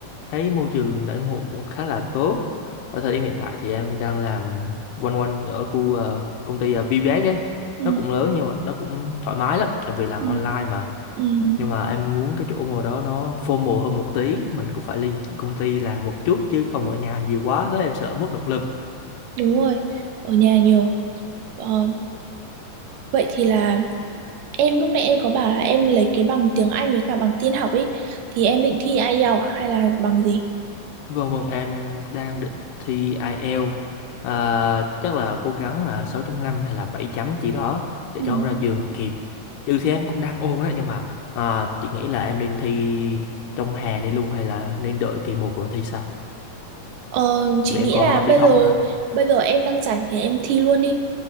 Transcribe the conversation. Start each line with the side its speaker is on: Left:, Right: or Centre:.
Left: Thấy môi trường đãi ngộ cũng khá là tốt. Ở thời điểm hiện tại thì em đang làm quanh quanh ở khu ờ, công ty uh, VBS ấy.
Right: ừ,
Left: Nó cũng lớn nhưng mà nó cũng thoải mái lắm, tại vì làm
Right: ừ,
Left: online mà.
Right: ừ, ừ.
Left: Nhưng mà em muốn cái chỗ mô đó nó formal hơn một tí, mình cũng phải lên công ty làm một chút chứ không ở nhà nhiều quá, có em sợ mất động lực.
Right: đúng rồi, ở nhà nhiều. Ờ, vậy thì là em lúc nãy em có bảo là em lấy cái bằng tiếng Anh với cả bằng tin học ấy, thì em định thi IELTS à? hay là bằng gì?
Left: Vâng vâng em đang định thi IELTS à, chắc là cố gắng là 6.5 hay là 7 chấm chỉ đó để
Right: Ừ.
Left: cho không ra trường kịp trừ thì em cũng đang ôn đó nhưng mà à, chị nghĩ là em nên thi trong hè này luôn hay là nên đợi kỳ một rồi thi sau
Right: Ờ, chị
Left: vì
Right: nghĩ
Left: em còn
Right: là
Left: có bằng
Right: bây
Left: tiếng học
Right: giờ
Left: nữa
Right: bây giờ em đang rảnh thì em thi luôn đi.